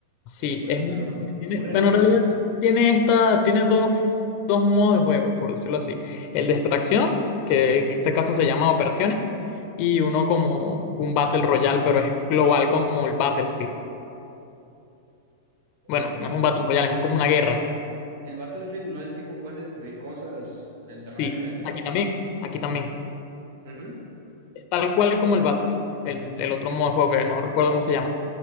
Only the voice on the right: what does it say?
eh, por
ejemplo,
muy
realista,
¿no?
Sí.
Ok,
ok,
sí.
Que
el Battlefield no es tipo, puedes destruir cosas, el terreno
y así.
o sea.
Ujú,
ok.